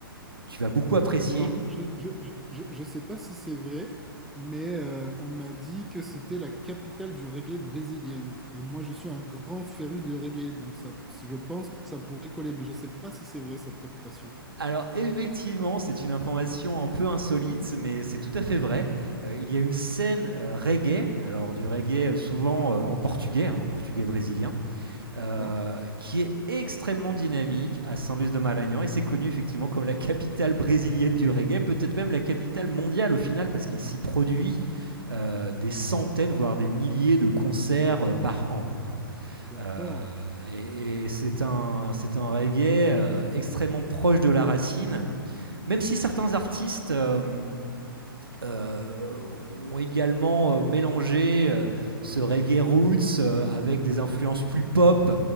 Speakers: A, on the right; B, in the centre.
A: tu vas beaucoup apprécier.
B: Alors, je je, je, je- je sais pas si c'est vrai, mais euh, on m'a dit que c'était la capitale du reggae brésilienne. Et moi, je suis un grand féru de reggae, donc ça, je pense que ça pourrait coller, mais je sais pas si c'est vrai cette réputation.
A: Alors effectivement, c'est une information un peu insolite, mais c'est tout à fait vrai. Euh, il y a une scène euh, reggae, alors du reggae euh, souvent euh, en portugais, hein, en portugais brésilien, euh,
B: D'accord?
A: qui est extrêmement dynamique à San Luis de Maranhão et c'est connu effectivement comme la capitale brésilienne du reggae, peut-être même la capitale mondiale au final parce qu'il s'y produit euh, des centaines voire des milliers de concerts euh, par an. hein.
B: D'accord.
A: Euh, et et c'est un, c'est un reggae euh, extrêmement proche de la racine, même si certains artistes euh, euh, ont également euh, mélangé euh, ce reggae roots euh, avec des influences plus pop